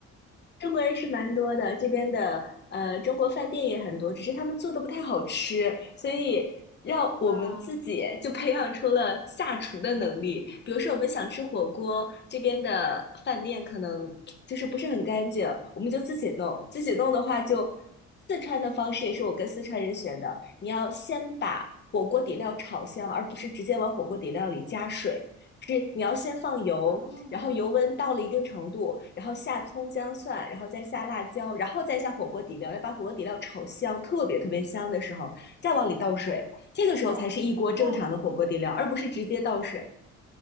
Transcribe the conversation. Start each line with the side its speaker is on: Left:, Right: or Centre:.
Left: 中国人是蛮多的，这边的呃中国饭店也很多，只是他们做的不太好吃，所以让我们自己就培养出了下厨的能力。
Right: 啊。
Left: 比如说，我们想吃火锅，这边的饭店可能就是不是很干净，我们就自己弄。自己弄的话就，四川的方式也是我跟四川人学的，你要先把火锅底料炒香，而不是直接往火锅底料里加水。是你要先放油，
Right: 哦
Left: 然后油温到了一定程度，然后下葱姜蒜，然后再下辣椒，然后再下火锅底料，要把火锅底料炒香，特别特别香的时候，再往里倒水，这个时候才是一锅正常的火锅底料，
Right: 哦哦
Left: 而不是直接倒水。